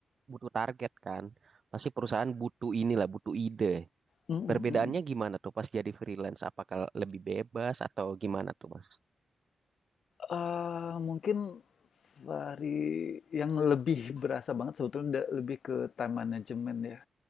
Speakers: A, on the right; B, on the left.
A: butuh target kan pasti perusahaan butuh inilah butuh ide
B: Mhm
A: perbedaannya
B: mhm.
A: gimana tuh pas jadi freelance apakah lebih bebas atau gimana tuh mas
B: Eee, mungkin dari yang lebih berasa banget sebetulnya da lebih ke time management ya.